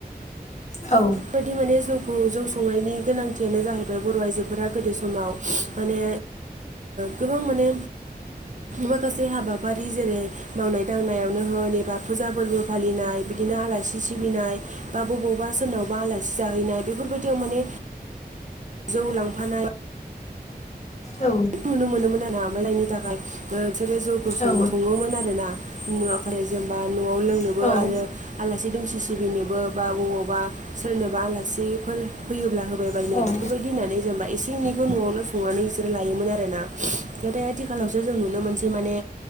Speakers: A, on the left (about 45°); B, on the right (about 50°).
A: औ।
B: बेफोरबायदि माने जौखौ जौ संनायनि गोनांथियानो जाहैबाय बर' आइजोफोरा गोदो समाव माने गोबां माने माखासे हाबाफारि जेरै मावनाय दांनायावनो होन एबा फुजा फोरबो फालिनाय बिदिनो आलासि सिबिनाय बा बबावबा सोरनावबा आलासि जाहैनाय बेफोरबायदियाव माने जौ लांफानाय
A: औ
B: नुनो मोनोमोन आरोना <unintelligible> थाखाय बिसोरो जौखौ सो
A: औ
B: सङोमोन आर ना बुङाखै जेनेबा न'आव लोंनोबो
A: औ औ उम
B: आरो आलासि दुमसि सिबिनोबो बा बबावबा सोरनोबा आलासिफोर फैयोब्ला होबाय बायनो
A: औ उम
B: बेफोरबायदि होननानै जेनेबा एसे एनैखौ न'आवल' संनानै बिसोरो लायोमोन आरोना नाथाय आथिखालावसो जों नुनो मोनसे माने